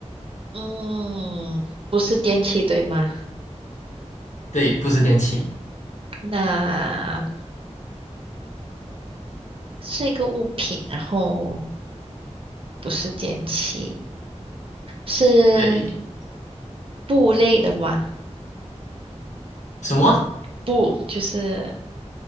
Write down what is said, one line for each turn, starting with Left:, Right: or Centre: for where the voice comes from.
Right: 嗯，不是电器对吗？
Left: 对，不是电器。
Right: 那是一个物品，然后不是电器，是
Left: 对，
Right: 布类的吗？
Left: 什么？
Right: 布就是